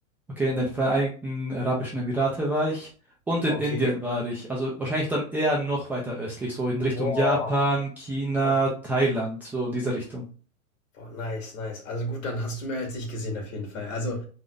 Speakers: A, in the centre; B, on the left (about 60°).
A: Okay, in den Vereinigten Arabischen Emirate war ich und in
B: Okay.
A: Indien war ich. Also wahrscheinlich dann eher noch weiter östlich, so in Richtung
B: Boah.
A: Japan, China,
B: okay.
A: Thailand, so in diese Richtung.
B: Boah, nice, nice. Also gut, dann hast du mehr als ich gesehen auf jeden Fall. Also,